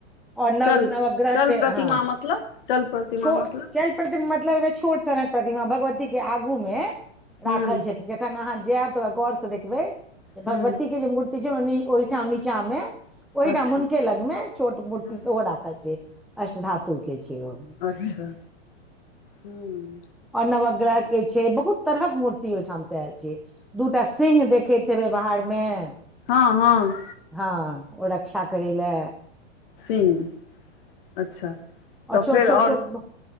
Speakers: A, in the centre; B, on the left.
A: और नव-
B: चल
A: नवग्रहके
B: चल प्रतिमा
A: हँ
B: मतलब चल प्रतिमा
A: <inaudible> छोड़
B: मतलब
A: चल <inaudible> मतलब छोट सनक प्रतिमा भगवती के आगू मे राखल
B: हूँ
A: छथि एखन आहाँ जैब त गौर से देखबेै भगवती
B: हूँ
A: के जे मुर <unintelligible> ओहिठाम
B: अच्छा
A: हुनके लग में छोट मूर्ति
B: हूँ
A: सेहो राखल छै अष्ट धातु के छै ओ
B: अच्छा <inaudible> हूँ
A: आ नवग्रह के छै बहुत तरहक मूर्ति ओहिठाम से आयल छै दूटा सिंह देखैत हेबै बाहर में
B: हँ हँ
A: हँ ओ रक्षा करै लेए
B: सिंग अच्छा तऽ
A: छोट
B: फेर
A: छोट
B: और
A: छोट